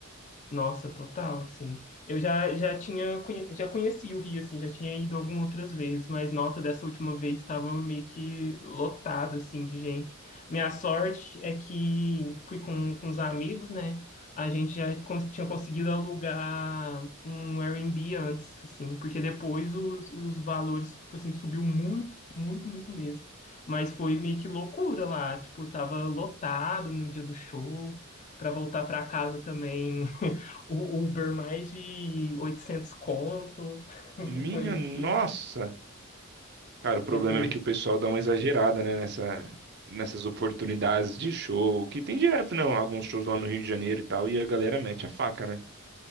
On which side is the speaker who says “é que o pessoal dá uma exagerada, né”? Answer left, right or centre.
Right